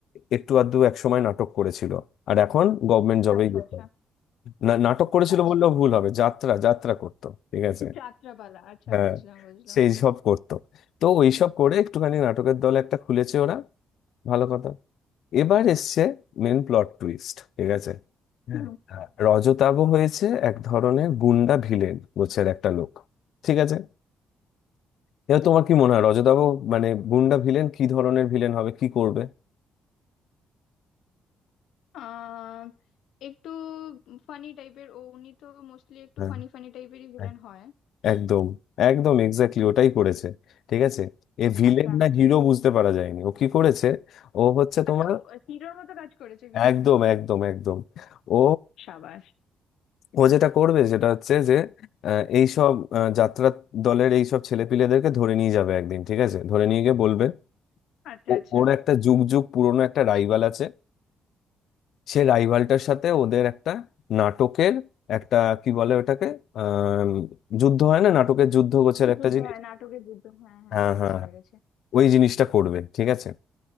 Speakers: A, on the left (about 70°); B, on the left (about 80°).
A: একটু আধটু এক সময় নাটক করেছিল আর এখন গভর্নমেন্ট জবেই
B: আচ্ছা
A: যেতে
B: আচ্ছা
A: হয় না নাটক করেছিল
B: আচ্ছা
A: বললেও ভুল হবে যাত্রা যাত্রা করতো ঠিক আছে
B: যাত্রাপালা আচ্ছা
A: হ্যাঁ
B: বুঝলাম বুঝলাম
A: সেই সব করতো তো ওইসব করে একটুখানি নাটকের দল একটা খুলেছে ওরা ভালো কথা এবার এসছে মেন প্লট টুইস্ট ঠিক আছে হ্যাঁ।
B: হুম
A: রজতাভ হয়েছে এক ধরনের গুন্ডা ভিলেন গোছের একটা লোক ঠিক আছে এবার তোমার কি মনে হয় রজতাভ মানে গুন্ডা ভিলেন কি ধরনের ভিলেন হবে কি করবে
B: আহ একটু ফানি টাইপের ও উনি তো মোস্টলি একটু
A: হ্যাঁ
B: ফানি ফানি টাইপেরই ভিলেন
A: হ্যাঁ।
B: হয়
A: একদম একদম এক্স্যাক্টলি ওটাই করেছে ঠিক আছে এ ভিলেন
B: আচ্ছা
A: না হিরো বুঝতে পারা যায়নি ও কি করেছে ও হচ্ছে
B: আচ্ছা
A: তোমার
B: ও হিরোর মতো কাজ করেছে ভিলেন
A: একদম
B: হয়ে
A: একদম একদম ও
B: সাবাস
A: ও যেটা করবে সেটা হচ্ছে যে আহ, এইসব আহ, যাত্রা দলের এইসব ছেলেপিলেদেরকে ধরে নিয়ে যাবে একদিন ঠিক আছে ধরে নিয়ে গিয়ে বলবে
B: আচ্ছা
A: ও-
B: আচ্ছা
A: ওর একটা যুগ যুগ পুরনো একটা রাইভাল আছে সে রাইভালটার সাথে ওদের একটা নাটকের একটা কি বলে ওটাকে আহ যুদ্ধ হয় না নাটকের যুদ্ধ গোছের একটা
B: যুদ্ধ
A: জিনিস
B: হয় নাটকে যুদ্ধ হ্যাঁ হ্যাঁ
A: হ্যাঁ
B: হ্যাঁ বুঝতে
A: হ্যাঁ হ্যাঁ।
B: পেরেছি
A: ওই জিনিসটা করবে ঠিক আছে